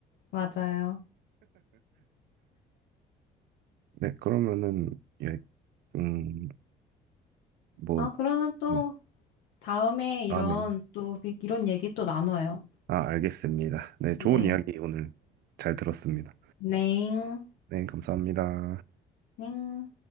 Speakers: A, on the left; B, on the right.
A: 맞아요.
B: 네, 그러면은, 예, 음, 뭐,
A: 아, 그러면 또
B: 네,
A: 다음에 이런
B: 다음에,
A: 또 이런 얘기 또 나눠요.
B: 아, 알겠습니다. 네, 좋은
A: 네.
B: 이야기 오늘 잘 들었습니다.
A: 넹.
B: 네, 감사합니다.
A: 넹.